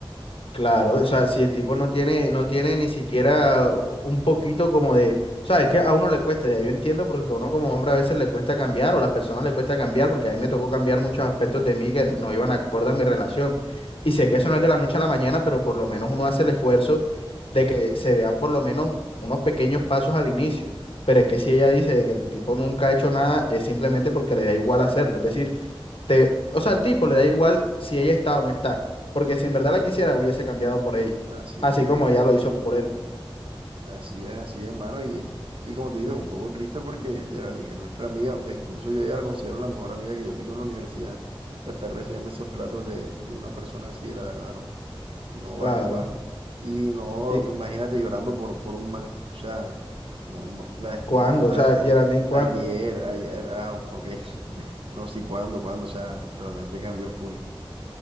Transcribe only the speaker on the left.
Claro, o sea, si el tipo no tiene, no tiene ni siquiera un poquito como de, o sea, es que a uno le cuesta, ya yo entiendo, porque a uno como hombre a veces le cuesta cambiar, o a las personas le cuesta cambiar, porque a mí me tocó cambiar muchos aspectos de mí que no iban acorde a mi relación. Y sé que eso no es de la noche a la mañana, pero por lo menos uno hace el esfuerzo de que se vean por lo menos unos pequeños pasos al inicio. Pero es que si ella dice de que el tipo nunca ha hecho nada, es simplemente porque le da igual hacerlo. Es decir, te, o sea, al tipo le da igual si ella está o no está, porque si en verdad la quisiera, hubiese cambiado por ella,
así
como ella lo hizo por él.
Claro.
¿Y
cuándo?
O sea,
Geraldine, ¿cuándo?